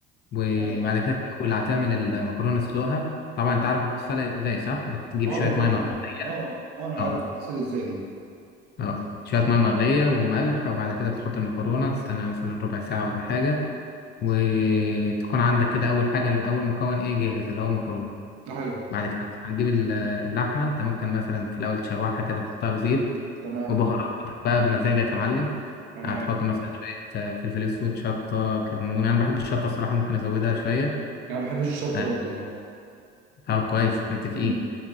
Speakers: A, on the left; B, on the right.
A: وبعد
B: ايوه ايوه
A: كده في الاول هتعمل المكرونه تسلقها طبعا انت عارف بتتسلق ازاي صح بتجيب
B: اه
A: شويه
B: بالظبط
A: ميه مغليه
B: انا اه اه انا
A: اه
B: عارف بتتصل ازاي دي
A: اه شويه ميه مغليه وملح وبعد كده بتحط المكرونه تستنى مثلا ربع ساعه ولا حاجه وتكون عندك كده اول حاجه اول مكون ايه جاهز اللي هو المكرونه
B: ايوه
A: بعد كده هتجيب ال- اللحمة انت ممكن مثلا في الأول تشوحها كده تحطها في زيت
B: تمام
A: وبهاراتك بقى بمزاجك يا معلم
B: تمام
A: هتحط مثلا شوية آه، فلفل أسود شطة كمون أنا بحب الشطة الصراحة ممكن أزودها شوية
B: انا ما بحبش الشطه
A: آه،
B: برضه اه
A: طب كويس متفقين
B: امم